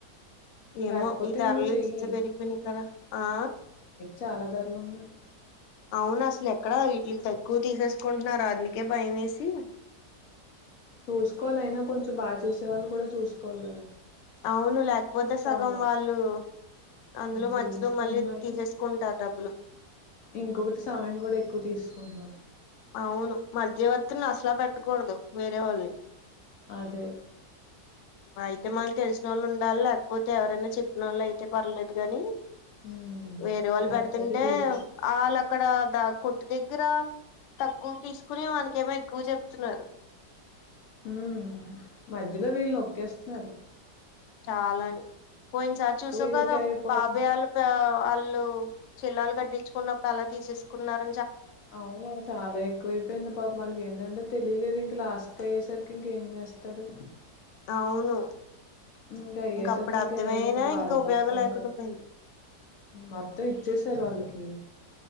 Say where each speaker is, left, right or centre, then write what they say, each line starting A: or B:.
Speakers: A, on the left; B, on the left.
A: ఏమో
B: లేకపోతే
A: ఇది ధరలి
B: నువ్వు చెయ్యి
A: చచ్చ పెరిగిపోయిని కదా ఆ
B: చాలా ధరలు ఉన్నాయి
A: అవును అసలు ఎక్కడ వీటికి తక్కువ తీసేసుకుంటున్నారు అందుకే భయం వేసి
B: చూసుకోవాలి అయినా కొంచెం బాగా చేసేవాడిని కూడా చూసుకోవాలి కదా
A: అవును లేకపోతే సగం
B: తమ్ము
A: వాళ్ళు అందులో
B: తీసేసుకుంటున్నారు
A: మధ్యలో మళ్ళీ తీసేసుకుంటారు డబ్బులు
B: ఇంకొకటి సమయం కూడా ఎక్కువ తీసుకుంటున్నారు
A: అవును మధ్యవర్తిని అసలా పెట్టకూడదు వేరే వాళ్ళని
B: అదె
A: అయితే మనకి తెలిసిన వాళ్ళు ఉండాలి లేకపోతే ఎవరైనా చెప్పిన వాళ్ళు అయితే పర్లేదు గాని
B: హ్మ్.
A: వేరే వాళ్ళు
B: లేకపోతే
A: పెడుతుంటే
B: తీసేసుకుంటారు
A: ఆళ్ళు అక్కడ దా కొట్టు దగ్గర తక్కువ తీసుకుని వానికేమో ఎక్కువ చెప్తున్నారు
B: ఉ మధ్యలో వీళ్ళునోక్కేస్తున్నారు
A: చాలాని పోయిన సార్ చూసావు
B: వీళ్ళకే
A: కదా
B: అయిపోతుంది
A: బాబాయాళ్ళు వాళ్ లు చిల్లాలు కట్టించుకున్నప్పుడు అలా తీసేసుకున్నర్
B: అవును చాలా ఎక్కువయిపోయింది పాపం వాళ్ళకి ఏంటంటె తెలియలేదు ఇంక లాస్ట్ కి అయ్యేసరికి ఇంకేం చేస్తారు
A: అవును
B: ఇంకా అయ్యే
A: ఇంక
B: సరికి
A: అప్పుడు
B: ఇంకా
A: అర్థమైనా
B: ఇంకా బాధ
A: ఉపయోగం
B: పడటం
A: లేకుండా పోయింది
B: మొత్తం ఇ ఇచ్చేశారు వాళ్ళకి